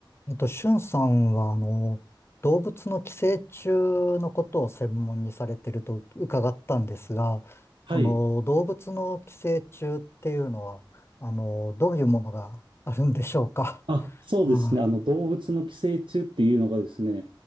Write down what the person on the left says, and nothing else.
えっと、しゅんさんは、あの、動物の寄生虫のことを専門にされてると伺ったんですが、その動物の寄生虫っていうのは、
あの、どういうものがあるんでしょうか。
<laughs>